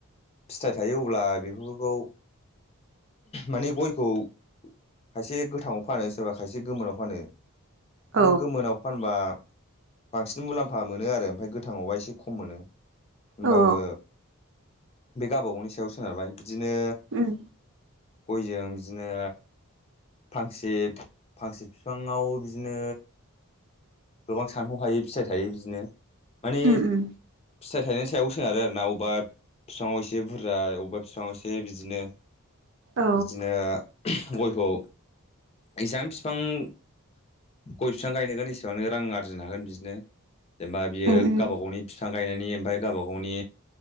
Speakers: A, on the left (about 30°); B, on the right (about 55°).
A: फिथाइ थायो। अब्ला बेफोरखौ माने गयखौ खायसे गोथाङाव फानो। सोरबा खायसे गोमोनाव फानो। माने
B: औ
A: गोमोनाव फानबा बांसिन मुलाम्फा मोनो आरो। ओमफ्राय गोथाङावबा एसे खम मोनो। होनबाबो
B: औ
A: बे गावबा- गावनि सायाव सोनारबाय बिदिनो
B: उम
A: गयजों बिदिनो फांसे -फांसे बिफां बिफाङाव बिदिनो गोबां सानहौ हायो फिथाइ थायो। बिदिनो माने
B: उम उम
A: फिथाइ थायनायनि सायावबो सोनारो आरो ना। अबेबा बिफाङाव एसे बुरजा अबेबा बिफाङाव एसे बिदिनो
B: औ
A: बिदिनो गयखौ इसां बिफां गय बिफां गायनगोन। एसेबां रां आरजिनो हागोन बिदिनो। जेनेबा बियो
B: उम उम
A: गावब गावनि फिफां गायनायनि ओमफफ्राय गावबा गावनि